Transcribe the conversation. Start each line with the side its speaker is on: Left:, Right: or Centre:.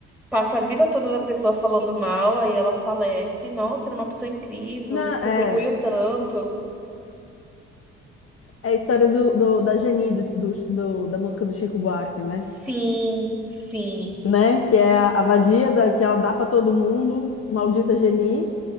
Centre: Passa a vida toda da pessoa falando mal, aí ela falece. Nossa, era uma pessoa incrível,
Left: Não, é,
Centre: contribuiu tanto.
Left: é a história do, do- da Geni, do, do- do- da música do Chico Buarque, né?
Centre: Sim, sim,
Left: Né? Que é a, a vadia da, que ela dá pra todo mundo, maldita Geni.